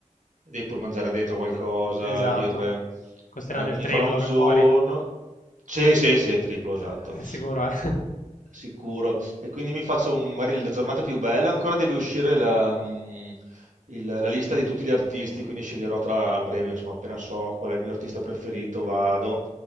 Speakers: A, on the right; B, on the left.
A: devi pur mangiare dentro qualcosa,
B: esatto.
A: le birre.
B: Costeranno
A: Eh, quindi
B: il triplo
A: farò un giorno.
B: che fuori. Eh,
A: Sì, sì, sì, triplo, esatto.
B: eh, è sicuro, eh.
A: Sicuro. E quindi mi faccio un- magari la giornata più bella. Ancora deve uscire la, mm, il- la lista di tutti gli artisti, quindi sceglierò tra a breve, insomma, appena so qual è il mio artista preferito, vado.